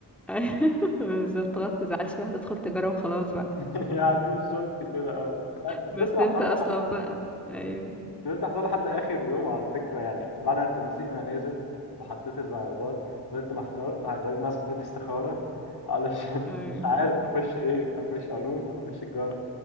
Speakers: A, in the centre; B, on the left.
A: ايوه <laughs> بالظبط خلاص متزعلش بقى هتدخل تجارة وخلاص بقى
B: <laughs> يعني بالظبط كده اه فضلت
A: بس
B: محتار
A: انت اصلا بقى ايوه
B: مم. فضلت احطها لحد اخر يوم على فكره يعني بعد ما التنسيق ما نزل وحطيت الرغبات فضلت محتار يعني لدرجه ان انا صليت استخاره علشان
A: ايوه
B: <laughs> مش عارف اخش ايه اخش علوم ولا اخش تجاره